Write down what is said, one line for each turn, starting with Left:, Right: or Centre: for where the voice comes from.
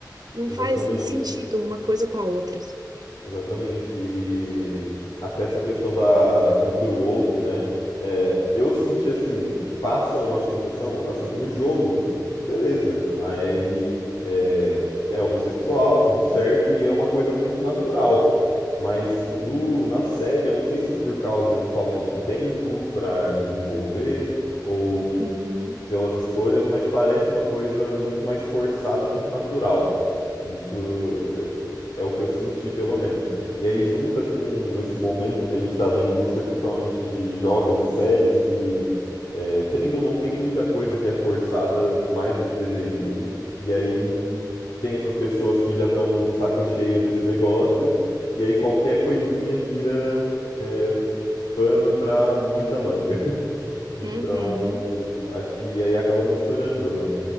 Right: não
Left: exatamente.
Right: faz sentido uma coisa com a outra.
Left: Exatamente. E até essa questão da, da cultura woke, né? É, eu senti assim, passa uma sensação, assim, no jogo, beleza, a Ellie é, é homossexual, tudo certo, e é uma coisa muito natural. Mas no, na série, eu não sei se por causa de falta de tempo pra desenvolver, ou
Right: Uhum,
Left: pelas escolhas, mas parece uma coisa muito mais forçada do que natural. Isso é, é o que eu senti, pelo menos. E aí junta com esse momento que a gente está da indústria, principalmente de jogos e séries, que é, querendo ou não tem muita coisa que é forçada mais do que deveria. E aí tem essas pessoas que já estão de saco cheio desse negócio. E aí qualquer coisinha vira é, pano para muita manga. Então,
Right: uhum.
Left: acho que aí acaba misturando, né?